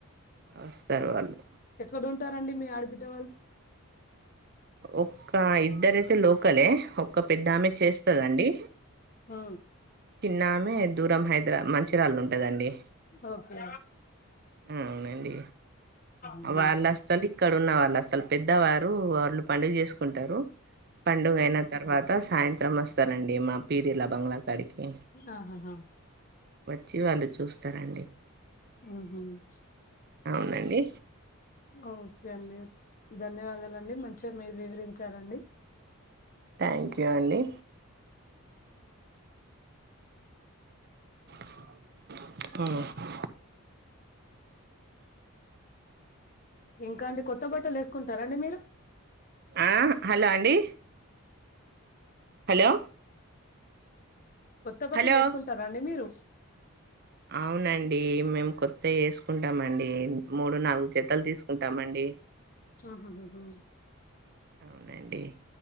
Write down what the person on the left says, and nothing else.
ఎక్కడ ఉంటారండి మీ ఆడబిడ్డ వాళ్ళు
ఆ
ఓకే
ఉహుహుహు
ఆహాహా
ఆహ
ఓకే అండి ధన్యవాదాలండి మంచిగా మీరు వివరించారండి
ఇంకా అండి కొత్త బట్టలు వేసుకుంటారా అండి మీరు
కొత్త బట్టలు
వేసుకుంటారా అండి మీరు
ఆహాహా